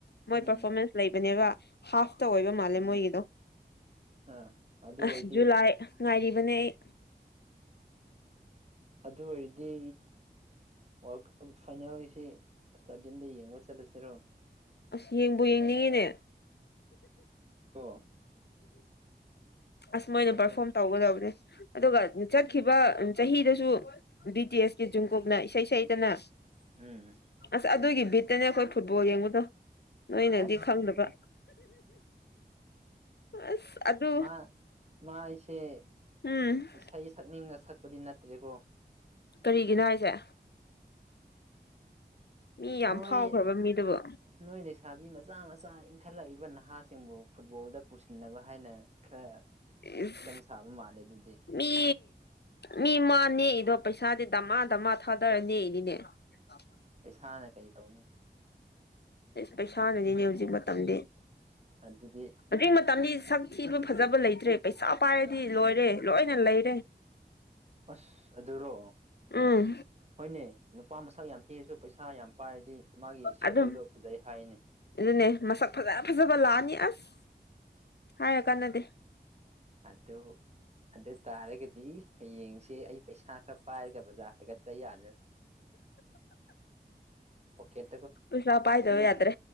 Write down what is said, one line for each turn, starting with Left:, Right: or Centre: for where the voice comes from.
Left: ꯃꯣꯏ
Right: ꯎꯝ
Left: ꯄꯔꯐꯣꯔꯃꯦꯟꯁ ꯂꯩꯕꯅꯦꯕ ꯍꯥꯐꯇ ꯑꯣꯏꯕ ꯃꯥꯜꯂꯦ ꯃꯣꯏꯒꯤꯗꯣ
Right: ꯑꯥ ꯑꯗꯨ
Left: ꯑꯁ
Right: ꯑꯣꯏꯔꯗꯤ
Left: ꯖꯨꯂꯥꯏ ꯉꯥꯏꯔꯤꯕꯅꯦ ꯑꯩ
Right: ꯑꯗꯨ ꯑꯣꯏꯔꯗꯤ ꯋꯥꯔꯜ ꯀꯞ ꯐꯥꯏꯅꯦꯜꯁꯤ ꯏꯁꯇꯥꯗꯤꯌꯝꯗ ꯌꯦꯡꯕ ꯆꯠꯂꯁꯤꯔꯣ
Left: ꯑꯁ ꯌꯦꯡꯕꯨ ꯌꯦꯡꯅꯤꯡꯉꯤꯅꯦ
Right: ꯀꯣ
Left: ꯑꯁ ꯃꯣꯏꯅ
Right: ꯑꯗꯨ
Left: ꯄꯔꯐꯣꯝ ꯇꯧꯒꯗꯕꯅꯦ ꯑꯗꯨꯒ ꯆꯠꯈꯤꯕ ꯆꯍꯤꯗꯁꯨ ꯕꯤ ꯇꯤ ꯑꯦꯁ ꯀꯤ ꯖꯨꯡꯀꯨꯛꯅ ꯏꯁꯩ ꯁꯛꯏ ꯀꯅ
Right: ꯎꯝ
Left: ꯑꯁ ꯑꯗꯨꯒꯤ ꯕꯤꯠꯇꯅꯦ ꯑꯩꯈꯣꯏ ꯐꯨꯠꯕꯣꯜ ꯌꯦꯡꯕꯗꯣ ꯅꯣꯏꯅꯗꯤ
Right: ꯑꯁ
Left: ꯈꯪꯗꯕ ꯑꯁ ꯑꯗꯨ
Right: ꯍ ꯃꯥꯏ ꯁꯦ
Left: ꯎꯝ
Right: ꯏꯁꯩ ꯁꯛꯅꯤꯡꯒ ꯁꯛꯄꯗꯤ ꯅꯠꯇ꯭ꯔꯦꯀꯣ
Left: ꯀꯔꯤꯒꯤꯅꯣ ꯍꯥꯏꯁꯦ ꯃꯤ ꯌꯥꯝ
Right: ꯅꯣꯏ
Left: ꯐꯥꯎꯈ꯭ꯔꯕ ꯃꯤꯗꯨꯕꯨ
Right: ꯅꯣꯏ ꯂꯩꯁꯥꯕꯤ ꯃꯆꯥ ꯃꯆꯥ ꯏꯟꯈꯠꯂꯛꯏꯕꯅ ꯅꯍꯥꯁꯤꯡꯕꯨ ꯐꯨꯠꯕꯣꯜꯗ ꯄꯨꯁꯤꯟꯅꯕ ꯍꯥꯏꯅ ꯈꯔ
Left: ꯏꯁ
Right: ꯁꯦꯝ ꯁꯥꯕ ꯃꯥꯜꯂꯦ ꯑꯗꯨꯗꯤ
Left: ꯃꯤ ꯃꯤ ꯃꯥ ꯅꯦꯛꯏꯗꯣ ꯄꯩꯁꯥꯗꯤ ꯗꯃꯥ ꯗꯃꯥ ꯊꯥꯗꯔ ꯅꯦꯛꯏꯅꯤꯅꯦ ꯑ
Right: ꯄꯩꯁꯥꯅ ꯀꯩ ꯇꯧꯅꯤ
Left: ꯄꯩꯁꯥꯅꯅꯤꯅꯦ ꯍꯧꯖꯤꯛ ꯃꯇꯝꯗꯤ
Right: ꯑꯗꯨꯗꯤ
Left: ꯍꯧꯖꯤꯛ ꯃꯇꯝꯗꯤ ꯁꯛ ꯊꯤꯕ ꯐꯖꯕ ꯂꯩꯇ꯭ꯔꯦ ꯄꯩꯁꯥ ꯄꯥꯏꯔꯗꯤ ꯂꯣꯏꯔꯦ ꯂꯣꯏꯅ ꯂꯩꯔꯦ
Right: ꯑꯁ ꯑꯗꯨꯔꯣ
Left: ꯎꯝ
Right: ꯍꯣꯏꯅꯦ ꯅꯨꯄꯥ ꯃꯁꯛ ꯌꯥꯝ ꯊꯤꯔꯁꯨ ꯄꯩꯁꯥ ꯌꯥꯝ ꯄꯥꯏꯔꯗꯤ ꯃꯥꯒꯤ ꯁꯦꯗꯣꯗꯣ
Left: ꯑꯗꯨꯝ
Right: ꯐꯖꯩ ꯍꯥꯏꯅꯦ
Left: ꯑꯗꯨꯅꯦ ꯃꯁꯛ ꯐꯖ ꯐꯖꯕ ꯂꯥꯛꯑꯅꯤ ꯑꯁ ꯍꯥꯏꯔ ꯀꯥꯟꯅꯗꯦ
Right: ꯑꯗꯨ ꯑꯗꯨ ꯇꯥꯔꯒꯗꯤ ꯍꯌꯦꯡꯁꯦ ꯑꯩ ꯄꯩꯁꯥ ꯈꯔ ꯄꯥꯏꯔꯒ ꯕꯖꯥꯔ ꯍꯥꯏꯒꯠ꯭ꯇ ꯌꯥꯜꯗꯔꯦ ꯄꯣꯛꯦꯠ
Left: ꯎꯁ ꯄꯩꯁꯥ ꯄꯥꯏꯗꯕ ꯌꯥꯗ꯭ꯔꯦ